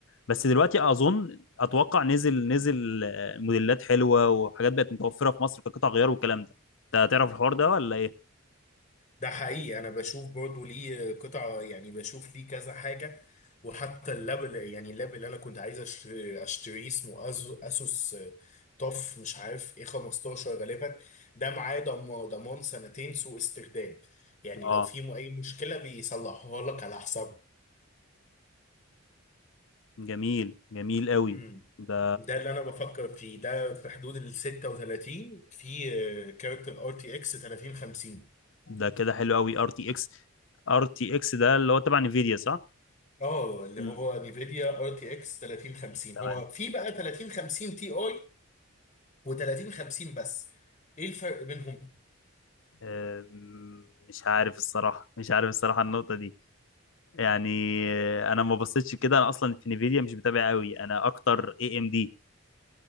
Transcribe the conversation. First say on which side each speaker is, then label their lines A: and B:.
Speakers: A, on the left; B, on the left.
A: بس دلوقتي اظن اتوقع نزل نزل آه، موديلات حلوه وحاجات بقت متوفره في مصر كقطع غيار والكلام ده انت هتعرف الحوار ده ولا ايه؟
B: ده حقيقي انا بشوف برضو ليه قطع يعني بشوف ليه كذا حاجه وحتى اللاب اللي- يعني اللاب اللي انا كنت عايز أش- اشتريه اسمه أز- اسوس طف مش عارف ايه 15 غالبا ده معاه ضم- ضمان سنتين سوء استخدام يعني
A: اه
B: لو في اي مشكله بيصلحوها لك على حسابه
A: جميل جميل قوي
B: امم
A: ده
B: ده اللي انا بفكر فيه ده في حدود ال 36 في آه، كارت الار تي اكس 3050
A: ده كده حلو قوي ار تي اكس ار تي اكس ده اللي هو تبع انفيديا صح
B: اه اللي
A: مم.
B: هو نيفيديا ار تي اكس 3050
A: تمام
B: هو في بقى 3050 تي اي و3050 بس ايه الفرق بينهم؟
A: أم، مش عارف الصراحة مش عارف الصراحة النقطة دي يعني أه، أنا ما بصيتش كده أنا أصلا في نيفيديا مش متابع قوي أنا أكتر اي ام دي